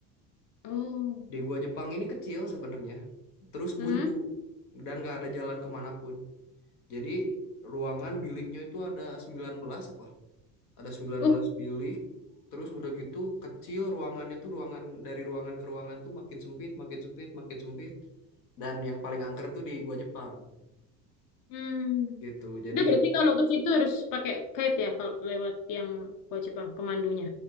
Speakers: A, on the left; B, on the left.
A: Oh.
B: Di gua Jepang ini kecil sebenarnya, terus
A: Hmm.
B: buntu dan nggak ada jalan kemanapun. Jadi ruangan biliknya itu ada 19 apa? Ada sembilan
A: uh.
B: belas bilik, terus udah gitu kecil ruangannya tuh ruangan dari ruangan ke ruangan tuh makin sempit, makin sempit, makin sempit. Dan yang paling angker tuh di gua Jepang
A: Hmm.
B: gitu. Jadi
A: Itu berarti kalau ke situ harus pakai guide ya kalau lewat yang gua Jepang pemandunya.